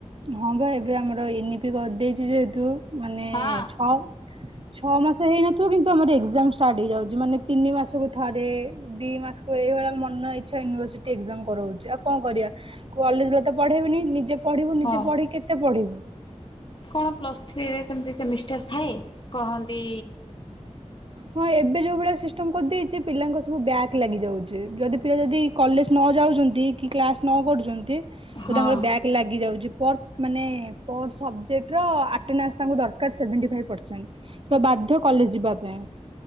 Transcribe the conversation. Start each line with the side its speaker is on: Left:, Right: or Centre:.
Right: ହଁ ବା ଏବେ ଆମର ଏନ ଇ ପି କରିଦେଇଛି ଯେହେତୁ ମାନେ
Left: ହଁ।
Right: ଛଅ। ଛଅ ମାସ ହେଇନଥିବ କିନ୍ତୁ ଆମର ଏକ୍ଜାମ ଷ୍ଟାର୍ଟ ହେଇଯାଉଛି ମାନେ ତିନି ମାସକୁ ଥରେ ଦି ମାସ ତ ଏଇଭଳିଆ ମନ ଇଚ୍ଛା ୟୁନିଭର୍ସିଟି ଏକ୍ଜାମ କରଉଛି ଆଉ କଣ କରିବା। କଲେଜଲେ ତ ପଢେଇବେନି ନିଜେ ପଢିବୁ ନିଜେ
Left: ହଁ
Right: ପଢିକି କେତେ ପଢିବୁ।
Left: କଣ ପ୍ଲସ୍ ଥ୍ରୀରେ ସେମିତି ସେମିଷ୍ଟାର ଥାଏ କହନ୍ତି?
Right: ହଁ ଏବେ ଯୋଉ ଭଳିଆ ସିଷ୍ଟମ କରିଦେଇଛି ପିଲାଙ୍କ ସବୁ ବ୍ୟାକ ଲାଗି ଯାଉଛି ଚି ଯଦି ପିଲା ଯଦି କଲେଜ ନ ଯାଉଛନ୍ତି କି କ୍ଲାସ ନ କରୁଛନ୍ତି ତ
Left: ହଁ
Right: ତାଙ୍କର ବ୍ୟାକ। ଲାଗିଯାଉଛି ପର ମାନେ ପର ସବଜେକ୍ଟର ଆ ଆଟେନାନ୍ସ ତାଙ୍କୁ ଦରକାର ସେଭେଣ୍ଟି ଫାଇବ ପର୍ଶେଣ୍ଟ ତ ବାଧ୍ୟ କଲେଜ ଯିବା ପାଇଁ।